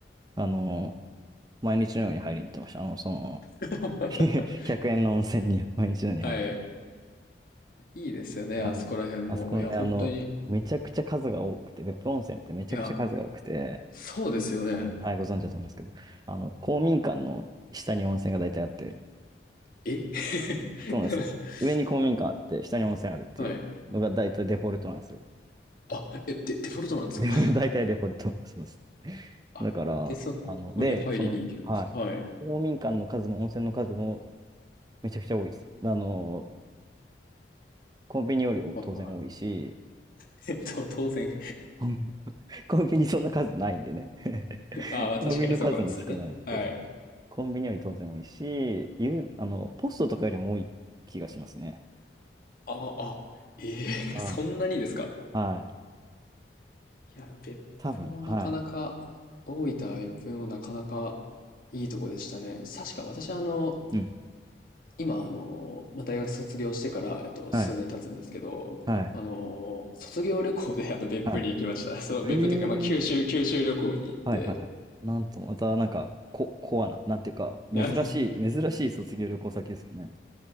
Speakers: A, on the right (about 20°); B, on the left (about 50°).
A: あの、毎日のように入りに行ってました。あの、その、
B: <laughs>
A: <laughs> 1円の温泉に毎日のように入りに行って。
B: はい。いいですよね、
A: はい。
B: あそこら辺も。
A: あそこね、
B: いや、本当に。
A: あの、めちゃくちゃ数が多くて、別府温泉ってめちゃくちゃ数が多くて、
B: いや、そうですよね。
A: 多分はい、ご存知だと思いますけど、あの、公民館の下に温泉が大体あって、
B: え <laughs>
A: そうなんですよ。上に公民館あって、下に温泉あるっていうのが大体デフォルトなんですよ。
B: はい。あ、え、デ、デフォルトなんですか
A: デフォルト、大体デフォルト。そうです
B: <laughs> あ、
A: だから、
B: で、そこに入りに行けるんですね。
A: あの、で、その、はい。
B: はい。
A: 公民館の数も温泉の数もめちゃくちゃ多いです。あの、コンビニより当然多いし、
B: はい、はい。<laughs> えっと、当然
A: <laughs> コンビニそんな数ないんでね。<laughs>
B: あ <laughs> あ、まあ確かにそうかもしれない。
A: コンビニの数も少ないんで。
B: はい。
A: そうそうそう。コンビニより当然多いし、ゆ、あの、ポストとかよりも多い気がしますね。
B: ああ、ええそんなにですか
A: ああはい。
B: いや、別府もなかなか、
A: 多分、は
B: 大分は別府もなかなかいいとこでしたね。確か私はあの、
A: い。うん。
B: 今あの、まあ、大学卒業してから、えっと、
A: はい。
B: 数年経つんですけど、
A: はい。
B: あの、卒業旅行であの別府に行きました。
A: はい。
B: <laughs> そう、別府というか、
A: えー。
B: まあ、九州、九州旅行に行って、
A: はいはいはい。なんと、またなんか、こ、コアな、なんていうか、珍しい、
B: <laughs> な
A: 珍しい卒業旅行先ですよね。